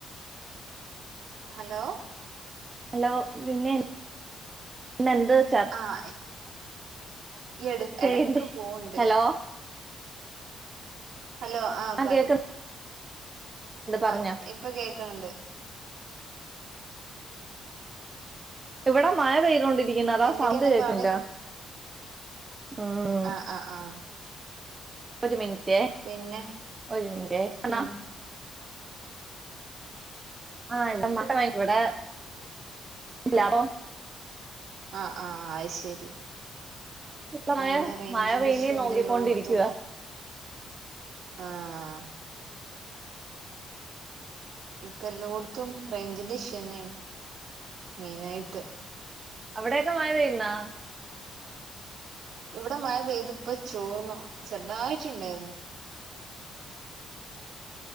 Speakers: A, on the right (about 65°); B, on the right (about 30°).
A: ഹലോ
B: ഹലോ പിന്നെഇന്നെന്ത് ചർച
A: ആഹ് ഇ എട്
B: ചെയ്യണ്ടേ
A: എടക്ക് പോൺണ്ട്
B: ഹലോ
A: ഹലോ ആഹ്
B: ആ
A: പറി
B: കേൾക്കുന്നുണ്ട്
A: ആഹ്
B: പറഞ്ഞോ
A: ഇപ്പ കേക്ക്ണ് ണ്ട്
B: ഇവടെ മഴ പെയ്തൊണ്ടിരിക്ന്ന് അതാ
A: എന്തൊക്കെയാന്നിട്ട്
B: സൗണ്ട് കേൾക്ക്ൻല്ല
A: പാട്
B: ആഹ്
A: ആഹ് ആഹ്
B: ഒരു മിനിറ്റേ
A: പിന്നെ
B: ഒരു മിനിറ്റ് അണാ
A: ഉം
B: ആഹ് എന്താ മൊട്ട വാങ്ങിക്കൂടെ ലാഭം
A: ആഹ് ആഹ് അയ് ശരി
B: ഇവിടെ മഴ
A: അയന്നെ റൈഞ്ചിന്റെ
B: മഴ പെയ്യുന്നേ
A: ഷ്യുണ്ടല്ലോട്ത്തും
B: നോക്കിക്കൊണ്ടിരിക്കുക
A: ആഹ് ആഹ് ആഹ് ഇപ്പ എല്ലോട്ത്തും റൈഞ്ചിന്റെ ഷ്യുന്നെണ് മെയ്നായിട്ട്
B: അവിടെക്കെ മഴ പെയ്യുന്നാ
A: ഇവ്ടെ മഴ പെയ്ത്പ്പ ചോർന്നു ചെറുതായിറ്റ്ണ്ടായിര്ന്നു